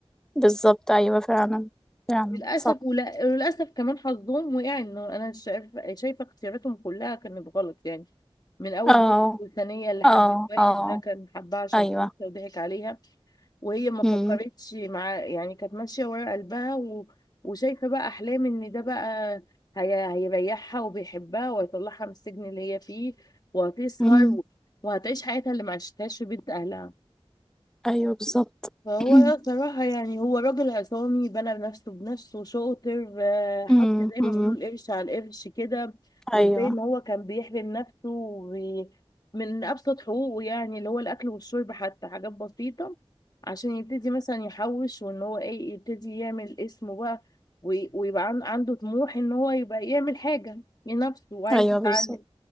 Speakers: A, in the centre; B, on the left.
A: بالظبط ايوه فعلا فعلا
B: للاسف
A: صح
B: ولا- وللاسف كمان حظهم وقع انه انا شايفه شايفه اختياراتهم كلها كانت غلط يعني من اول
A: اه
B: بيت الثانيه اللي حبت
A: اه
B: واحد
A: اه
B: ده كان حبها عشان
A: ايوه
B: فلوسها وضحك عليها وهي ما فكرتش
A: امم
B: مع يعني كانت ماشيه ورا قلبها و... وشايفه بقى احلام ان ده بقى هي... هيريحها وبيحبها وهيطلعها من السجن اللي هي فيه وهتسهر
A: امم
B: و... وهتعيش حياتها اللي ما عشتهاش في بيت اهلها
A: ايوه بالظبط
B: فهو
A: <clears throat>
B: صراحة يعني هو راجل عصامي بنى نفسه بنفسه شاطر آه، حط
A: امم
B: زي
A: امم
B: ما بيقولوا القرش على القرش كده وازاي
A: ايوه
B: ان هو كان بيحرم نفسه وبي- من ابسط حقوقه يعني اللي هو الاكل والشرب حتى حاجات بسيطة عشان يبتدي مثلا يحوش وان هو ايه يبتدي يعمل اسمه بقى وي- ويبقى عن- عنده طموح ان هو يبقى يعمل حاجة لنفسه وعايز
A: ايوه
B: يتعلم
A: بالظبط